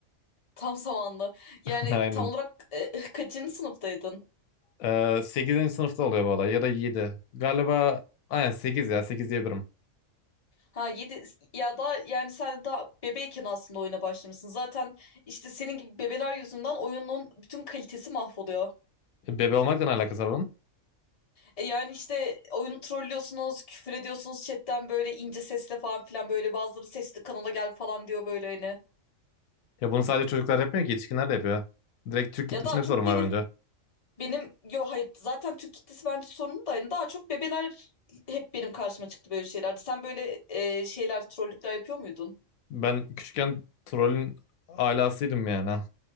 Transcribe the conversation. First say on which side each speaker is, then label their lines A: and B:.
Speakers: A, on the left (about 30°); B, on the left (about 85°).
A: Tam zamanlı. Yani
B: <laughs> Aynen.
A: tam olarak e, <laughs> kaçıncı sınıftaydın?
B: Ee, 8. sınıfta oluyor bu olay ya da 7. Galiba aynen 8 ya 8 diyebilirim.
A: Ha 7 ya da yani sen daha bebeyken aslında oyuna başlamışsın. Zaten işte senin gibi bebeler yüzünden oyunun bütün kalitesi mahvoluyor.
B: E, Bebe olmakla ne alakası var onun?
A: E Yani işte oyunu trollüyorsunuz, küfür ediyorsunuz chatten böyle ince sesle falan filan böyle bazıları sesli kanala gel falan diyor böyle hani.
B: Ya bunu sadece çocuklar yapmıyor ki yetişkinler de yapıyor. Direkt Türk kitlesinde
A: Ya daha
B: bir
A: çok
B: sorun
A: benim
B: var bence.
A: benim yo hayır zaten Türk kitlesi bence sorunlu da hani daha çok bebeler hep benim karşıma çıktı böyle şeylerde. Sen böyle e, şeyler trollükler yapıyor muydun?
B: Ben küçükken trollün alasıydım yani. <laughs>